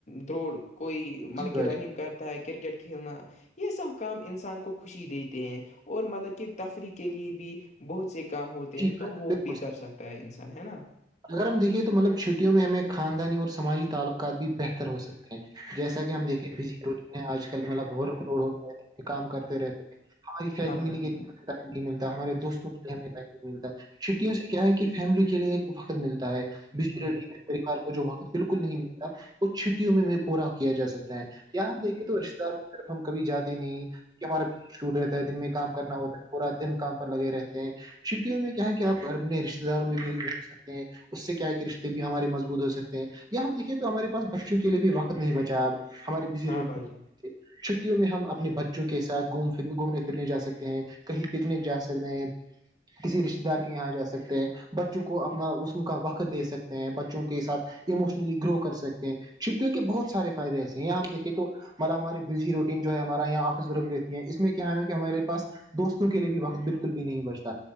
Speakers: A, on the left; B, on the right.
A: دوروڑ کوئی مطلب
B: جی بھائی
A: کہ رننگ
B: جان
A: کرتا ہے کرکٹ کھیلنا یہ سب کام انسان کو خوشی دیتے ہیں اور مطلب کہ تفریح کے لیے بھی بہت سے کام ہوتے
B: جی
A: ہیں
B: بھائی
A: تو
B: جان
A: وہ
B: بالکل
A: بھی کر سکتا ہے انسان ہے نا
B: اگر ہم دیکھے تو مطلب چھٹیوں میں ہمیں خاندانی اور سماجی تعلقات بھی بہتر ہو سکتے ہیں جیسا کہ ہم دیکھے بجلی روٹین ہے آج کل مطلب لوڈ ہوتا ہے کام کرتے رہتے تھ ہماری فی
A: ہاں بھائی
B: ملی
A: جان
B: گئی ائم نہیں ملتا ہمارے دوستوں کے لیے ہمیں ٹائم نہیں ملتا چھٹیوں سے کیا ہے کہ فیملی کے لیے فقت ملتا ہے ریڈی
A: ہاں بھائی جان
B: پوار کو جو وہاںقت بالکل نہیں ملتا تو چھٹیوں میں بھی پورا کیا جا سکتا ہے یااںپ دیکھے تو رشتے داروں طرف ہم کبھی جاتے نہیں کیہ ہمارا شور رہتا ہے دن میں کام کرنا ہوتا ہے پورا دن کام پر لگے رہتے ہیں چھٹیوں میں کیا ہے کہ آپ اپنے رشتے داروں میں بھی سکتے اس سے کیا ہے کہ رشتے بھی ہمارے مضبوط ہو سکتے ہیں یا ہم دیکھے تو ہمارے پاس بچوں کے لیے بھی وقت نہیں بچا اب ہمارے بزی
A: ہاں
B: ریٹے
A: بھائی جان
B: چھٹیوں میں ہم اپنے بچوں کے ساتھ گھومھرنے گھومنے پھرنے جا سکتے ہیں کہیں پکنک جا سکتے ہیں کسی رشتے دار کے یہاں جا سکتے ہیں بچوں کو اپنا اس کا وقت دے سکتے ہیں بچوں کے ساتھ اموشنلی گرو کر سکتے ہیں چھٹیوں کے بہت سارے فائدے ایسے ہیں یہاں ہم دیکے تو مطلب ہماراری بزی روٹین جو ہے ہمارا یہاں آفس ورک دیتی ہے اس میں کیا ہے کہ ہمارے پاس دوستوں کے لیے بھی وقت بالکل بھی نہیں بچتا